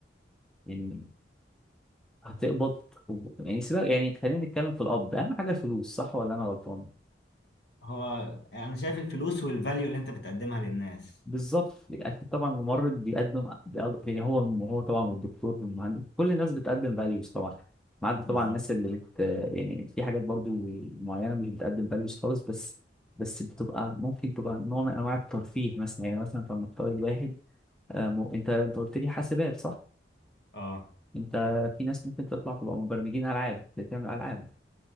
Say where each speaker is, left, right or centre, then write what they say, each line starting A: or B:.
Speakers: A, in the centre; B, on the left.
A: يعني هتقبض يعني سيبك يعني خلينا نتكلم في القبض اهم حاجه الفلوس صح ولا انا غلطان
B: هو انا شايف الفلوس والفاليو اللي انت بتقدمها للناس
A: بالظبط أكيد طبعا الممرض بيقدم بيقض- يعني هو هو طبعا والدكتور والمهندس كل الناس بتقدم فاليوز طبعا ما عدا طبعا
B: بالظبط
A: الناس اللي بت يعني في حاجات برضو معينه مش بتقدم فاليوز خالص بس بس بتبقى ممكن تبقى نوع من انواع الترفيه مثلا يعني مثلا فلنفترض واحد آه، م- انت انت قلت لي حاسبات صح؟
B: اه
A: انت في ناس ممكن تطلع تبقى مبرمجين العاب تعمل العاب